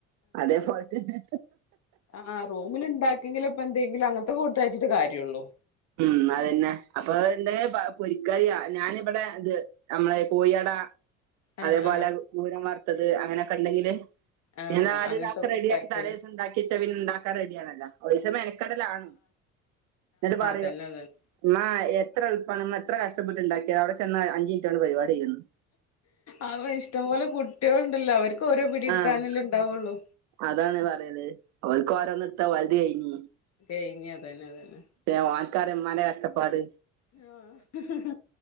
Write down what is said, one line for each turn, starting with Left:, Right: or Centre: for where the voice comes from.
Right: അതേപോലെ തന്നെ
Left: ആഹ് റൂമില്ണ്ടാക്കെങ്കില് ഇപ്പ എന്തെങ്കിലും അങ്ങൻത്തെ കൊടുത്തയച്ചിട്ട് കാര്യം ഇള്ളൂ
Right: ഉം അതന്നെ അപ്പൊ എന്തെ പൊരിക്കറിയാ ഞാനിവിടെ ഇത് നമ്മളെ കോയി അട
Left: ആ
Right: അതേപോലെ
Left: ആ
Right: ഊരം വറുത്തത് അങ്ങനെയൊക്കെ ഇണ്ടെങ്കില്
Left: ആ
Right: പിന്നെ നാല്
Left: അങ്ങനത്തെ
Right: അതൊക്കെ
Left: കൊടുത്തയക്കൂല
Right: റെഡിയാക്കി തലേസം ഇണ്ടാക്കിയെച്ചാ പിന്നെ ഇണ്ടാക്കാൻ റെഡിയാണല്ലോ ഒരീസം മെനക്കെടലാണ് <unintelligible>
Left: തെന്നെ <unintelligible>
Right: ഉമ്മ എത്ര എളുപ്പാണ് ഉമ്മ എത്ര കഷ്ട്ടപ്പെട്ട് ഇണ്ടാക്കിയെതാ അവിടെ ചെന്നാ അഞ്ച് കൊണ്ട് പരിപാടി കഴിയുംന്ന്
Left: അപ്പോ ഇഷ്ട്ടം പോലെ കുട്ട്യോള് ഉണ്ടല്ലോ അവർക്ക് ഓരോ പിടി എടുക്കാനല്ലേ
Right: ആഹ്
Left: ണ്ടാവൊള്ളൂ
Right: അതാണ് പറയല് ഓൽക്ക് ഓരോന്ന്ട്ത്താ ഓൽത് കയ്ഞ്ഞീ
Left: കഴിഞ്ഞ് അതന്നെ അതന്നെ
Right: പക്ഷേ ഓൻക്കറിയ ഇമ്മാന്റെ കഷ്ട്ടപ്പാട്
Left: ആഹ്